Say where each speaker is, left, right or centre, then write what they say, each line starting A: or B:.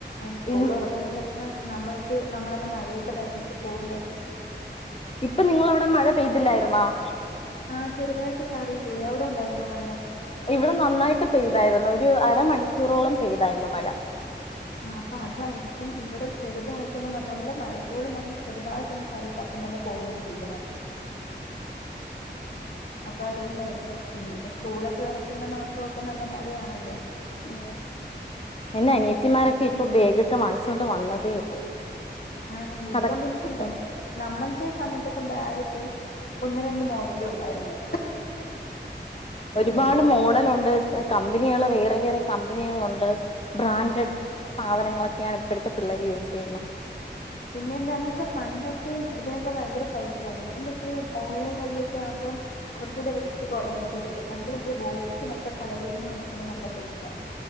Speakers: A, on the left; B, on the left.
A: സ്കൂള്
B: ഇൻ
A: തുറക്കുന്നതിന്റെ അന്ന് നമ്മൾക്ക് നമ്മളന്ന് മഴയൊക്കെ നന്ഞ്ഞിട്ട് പോകുന്നേ
B: ഇപ്പൊ നിങ്ങളവിടെ മഴ <unintelligible>
A: ആഹ് ചെറുതായിട്ട് ചാറീട്ടു പോയിഎവിടെ ഉണ്ടായിരുന്നോ മഴ
B: ഇവിടെ നന്നായിട്ട് പെയ്തായിരുന്നു ഒരു അരമണിക്കൂറോളം പെയ്തായിരുന്നു മഴ
A: ആ അപ്പ അതായിരിക്കും ഇവിടെ ചെറുതായിട്ടൊന്നും നല്ല മഴക്കോളും വന്നും ചെറുതായിട്ടൊന്നു പ അപ്പം തന്നെ പോവുകയും ചെയ്തു മഴ അത് അപ്പൊ അതുകൊണ്ടായിരിക്കും ഉം ഇപ്പ സ്കൂളൊക്കെ തുറക്കുന്ന മാസക്കെ നല്ല മഴയാണല്ലോ
B: ഉ എന്റെ അനിയത്തിമാരൊക്കെ ഇപ്പൊ ബേഗൊക്കെ വാങ്ങിച്ച് കൊണ്ട് വന്നതേ ഉള്ളൂ
A: ആണല്ലേ ഇപ്പൊ
B: കറക്
A: പിന്നെന്ത
B: ആ
A: നമ്മളുടെ സമയത്തൊക്കെ ബാഗ് ഒക്കെ ഒന്ന് രണ്ട് മോഡലെ ഉണ്ടായിരുന്നുള്ളൂ
B: ഒരുപാട്
A: ഉണ്ടല്ലേ
B: മോഡല് ഉണ്ട് കമ്പനികള് വേറെ വേറെ കമ്പനികളുണ്ട് ബ്രാൻഡഡ്
A: ആഹ്
B: സാധനങ്ങളൊക്കെയാണ് ഇപ്പോഴത്തെ പിള്ളേര് യൂസ് ചെയ്യുന്നത്
A: പിന്നെ എന്താന്ന് വച്ചാ പണ്ടൊക്കെ ഇതിനൊക്കെ ഭയങ്കര പൈസയാണ് ഇപ്പം പക്ഷെ ഓൺലൈൻ വഴിയൊക്കെ ആവുമ്പോ കുറച്ച കൂടെ റേറ്റ് കുറവിനൊക്കെ കിട്ടും പണ്ട് മറ്റേ ബോക്സിനൊക്കെ കടകള നിന്ന് വിക്കുമ്പോൾ നല്ല പൈസ ആണ്